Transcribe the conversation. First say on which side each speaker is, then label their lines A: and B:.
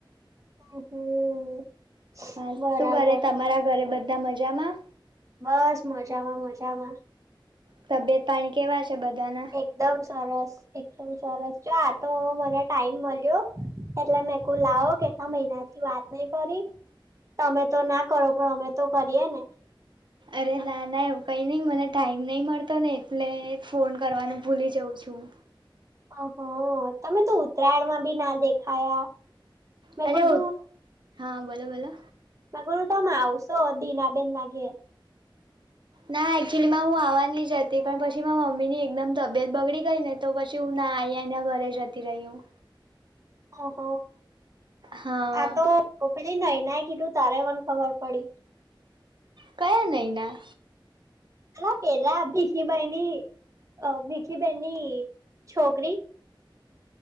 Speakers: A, on the right; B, on the right.
A: હ હમ
B: હા
A: બરાબર
B: શું કરે તમારા ઘરે બધા મજામાં
A: બસ મજામાં મજામાં
B: તબિયત પાણી કેવા છે બધાના
A: એકદમ સરસ એકદમ સરસ છે આ તો મને ટાઈમ મળ્યો એટલે મેંકુ લાવો કે એલા મહિના થી વાત નહી કરી તમે તો ના કરો પણ અમે તો કરીએ ને
B: અરે ના ના એવું કઈ નઈિ મને ટાઈમ નઈ મળતો ને એટલે ફોન કરવાનું ભૂલી જવ કઉ છું
A: હ તમે તો ઉત્તરાયણમાં બી ના દેખાયા મેગડું
B: અરે હા બોલો બોલો
A: ગર તમે આવશો દીનાબેન નાગે
B: ના એકચુલી માં હું આવવા નહી જતી પણ પછી મા મમ્મી ની એકદમ તબિયત બગડી ગઈ ને તો પછી હું ના આયાના ઘરે જતી રહ્યું
A: ઓહ
B: હા
A: આ તો એટ ન ના કીધું તારે મને ખબર પડી
B: કયા નૈના
A: હલા પેલા ભીખીભાઈની અ ભીખી બેનની છોકરી